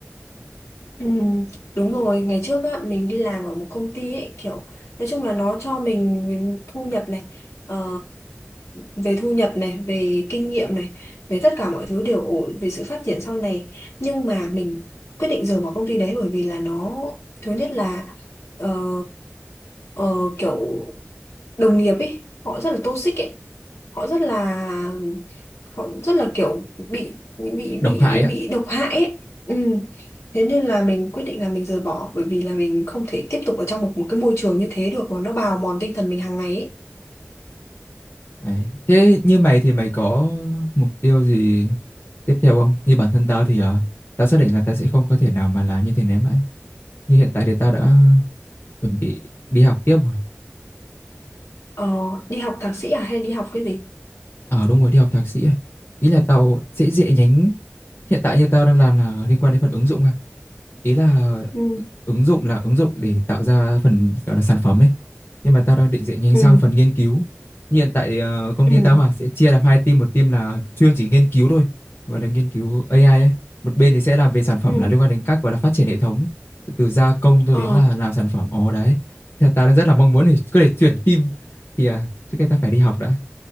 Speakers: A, on the left; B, on the left.
A: Ừ, đúng rồi, ngày trước á, mình đi làm ở một công ty ấy, kiểu nói chung là nó cho mình, mình thu nhập này, ờ, về thu nhập này, về kinh nghiệm này, về tất cả mọi thứ đều ổn, về sự phát triển sau này. Nhưng mà mình quyết định rời bỏ công ty đấy bởi vì là nó, thứ nhất là ờ, ờ, kiểu đồng nghiệp ấy, họ rất là toxic ấy họ rất là họ rất là kiểu bị bị bị
B: độc
A: bị,
B: hại á
A: bị độc hại ấy. Ừ. Thế nên là mình quyết định là mình rời bỏ bởi vì là mình không thể tiếp tục ở trong một một cái môi trường như thế được mà nó bào mòn tinh thần mình hàng ngày ấy.
B: đấy. thế như mày thì mày có mục tiêu gì tiếp theo không như bản thân tao thì ờ, tao xác định là tao sẽ không có thể nào mà làm như thế này mãi như hiện tại thì tao đã chuẩn bị đi học tiếp rồi
A: Ờ, đi học thạc sĩ à hay đi học cái gì?
B: ờ đúng rồi đi học thạc sĩ ấy. ý là tao sẽ dễ nhánh Hiện tại như tao đang làm là liên quan đến phần ứng dụng à. Ý là
A: Ừ.
B: ứng dụng là ứng dụng để tạo ra phần gọi là sản phẩm ấy. Nhưng mà tao đang định chuyển nhanh
A: Ừ.
B: sang phần nghiên cứu. Như Hiện tại ờ, công
A: Ừ.
B: ty tao à, sẽ chia làm hai team, một team là chuyên chỉ nghiên cứu thôi, gọi là nghiên cứu AI ấy. Một bên thì sẽ làm về sản phẩm
A: Ừ.
B: là liên quan đến các gọi là phát triển hệ thống từ gia công cho
A: Ờ,
B: đến là làm sản phẩm. Ồ đấy. Thì tao đang rất là mong muốn để có thể chuyển team thì à, trước kia tao phải đi học đã.